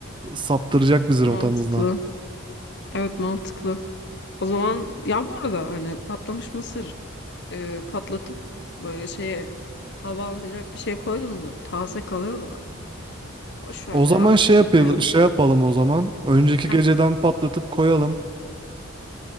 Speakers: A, on the right; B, on the left.
A: saptıracak bizi
B: Mantıklı.
A: rotamızdan.
B: Evet mantıklı. O zaman ya bu arada hani patlamış mısır e, patlatıp böyle şeye hava almayacak bir şey koydum da taze kalıyor da boş ver
A: O
B: ya.
A: zaman şey yapalım,
B: Yani
A: şey yapalım o zaman. Önceki
B: ha
A: geceden patlatıp koyalım.